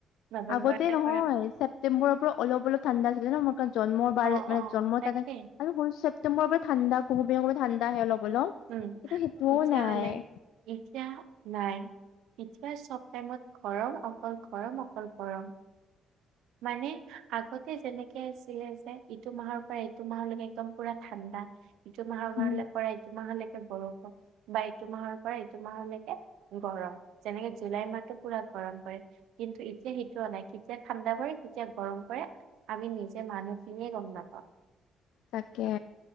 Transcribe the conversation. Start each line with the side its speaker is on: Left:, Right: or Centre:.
Right: নৱেম্বৰে
Left: আগতে নহয়
Right: কৰে
Left: ছেপ্তেম্বৰৰ পৰা অলপ অলপ ঠাণ্ডা আছিলে। জন্মৰ বাৰে
Right: অ',
Left: মান
Right: অ',
Left: জন্ম
Right: তাকেই
Left: তাতে আৰু ছেপ্তেম্বৰৰ পৰা ঠাণ্ডা কুহুমীয়া ঠাণ্ডা আহে অলপ অলপ
Right: উম,
Left: এতিয়া সেইটোও
Right: তেতিয়াহ'লে
Left: নাই।
Right: এতিয়া নাই এতিয়া চব টাইমত গৰম অকল গৰম অকল গৰম। মানে আগতে যেনেকে আছিলে যে ইটো মাহৰ পৰা এইটো মাহলৈকে একদম পুৰা ঠাণ্ডা। ইটো মাহ
Left: উম
Right: পৰা ইটো মাহলৈকে বৰষুণ। বা এইটো মাহৰ পৰা এইটো মাহলৈকে গৰম যেনেকে জুলাই মাহটো পুৰা গৰম কৰে। কিন্তু এতিয়া সেইটো নাই কেতিয়া। ঠাণ্ডা পৰে কেতিয়া গৰম কৰে আমি নিজে মানুহ খিনিয়ে গম নাপাওঁ।
Left: তাকে,